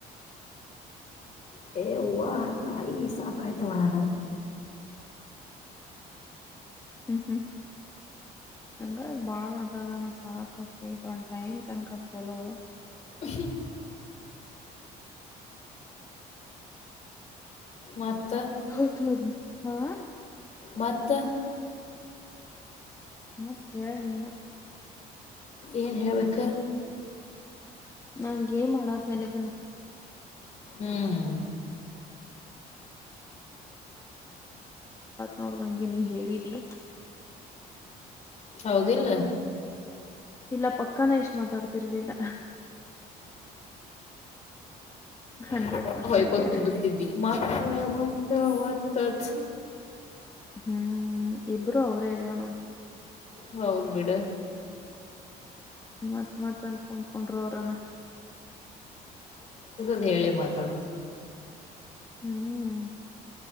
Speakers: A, on the left; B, on the left.
A: ಹ <inaudible> ಎವ್ವ ತಾಯಿ ಸಾಕಾಯ್ತು ಅವ ನನಗ.
B: ಹ್ಮ್ ಹ್ಮ್ ನಂಗ ಬಾಳ ಮಾತಾಡೋಣ ಸಾಕಕ್ಕಿ ಒಂದು ಟೈಮ ತನಕ ಚೊಲೋ.
A: ಹಾ ಹಾ ಮತ್
B: ಹೌದೌದು ಹಾ
A: ಮತ್ತ
B: ಮತ್ ಹೇಳ್ ನೀನ
A: ಏನ್ ಹೇಳ್ಬೇಕ.
B: ನನ್ ಗೇಮ್ ಅಡಾತಿನಿ ಇದುನ್ನ.
A: ಹ್ಮ್
B: ನೋಡ್ದಂಗೆ ನೀ ಹೇಳಿದಿ.
A: ಹೌದಿಲ್ಲ.
B: ಇಲ್ಲ ಪಕ್ಕಾನೆ ಎಷ್ಟ್ ಮಾತಾಡ್ತಿರ್ಲಿಲ್ಲ. ಹಂಡ್ರೆಡ್
A: ಹಾ ಹಾ
B: ಪರ್ಸೆಂಟ್
A: ಹೊಯ್ಕತ್
B: ಗ್ಯಾರಂಟಿ
A: ಕುಂದ್ರುತಿದ್ದಿ ಮತ್ತ ಮತ್ತ ಮ ತದ್
B: ಹ್ಮ್ ಇಬ್ರು ಅವ್ರೇ ಅದೆೇವನು.
A: ಹೌದು ಬಿಡ.
B: ಮತ್ತ್ ಮತ್ ಅನ್ಕಂದಕೊಂಡ್ರ ಅವ್ರನ
A: ಅ ಹೇಳೇ ಮಾತಾಡದು
B: ಹ್ಮ್